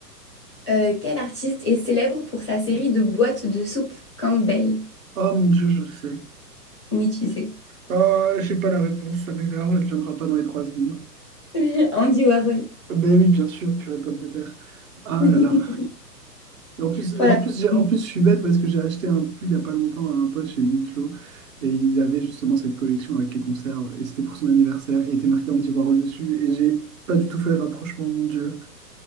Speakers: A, on the left; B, on the right.
A: Euh, quel artiste est célèbre pour sa série de boîtes de soupe Campbell?
B: Oh mon Dieu, je le sais.
A: Oui, tu sais.
B: Ah, j'ai pas la réponse, ça m'énerve, elle ne viendra pas dans les trois secondes.
A: <laughs> Andy Warhol.
B: Ben oui, bien sûr, purée de pommes de terre. Ah
A: <laughs>
B: là là. Et En plus, et
A: Pour la
B: en plus,
A: prochaine,
B: j'ai- en plus, je suis bête parce que j'ai acheté un pull il n'y a pas longtemps à un pote chez Uniqlo et il avait justement cette collection avec les conserves et c'était pour son anniversaire et il était marqué Andy Warhol dessus et j'ai pas du tout fait le rapprochement, mon Dieu.